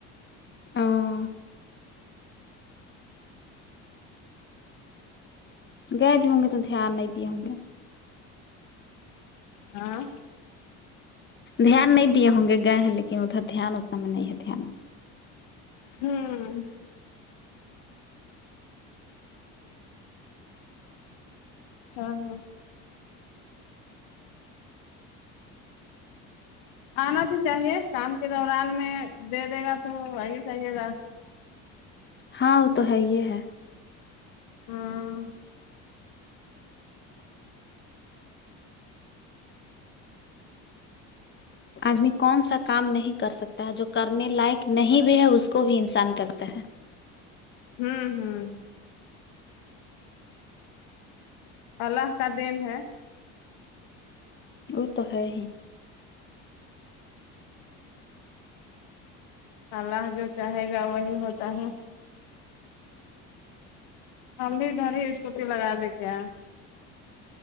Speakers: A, on the left; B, on the left.
A: ہممم گئے بھی ہوں گے تو دھیان نہیں دیے ہوں گے
B: ہاں
A: دھیان نہیں دیے ہوں گے گئے ہیں لیکن ادھر دھیان اتنا میں نہیں ہے دھیان
B: ہوں ہاں ہاں آنا تو چاہیے کام کے دوران میں دے دے گا تو وہی چاہیے گا
A: ہاں وہ تو ہے یہ ہے
B: ہاں
A: آدمی کون سا کام نہیں کر سکتا ہے جو کرنے لائق نہیں بھی ہے اس کو بھی انسان کرتا ہے
B: ہوں ہوں اللہ کا دین ہے
A: وہ تو ہے ہی
B: اللہ جو چاہے گا وہی ہوتا ہے ہم بھی ادھر ہی اسکوٹی لگا دیں کیا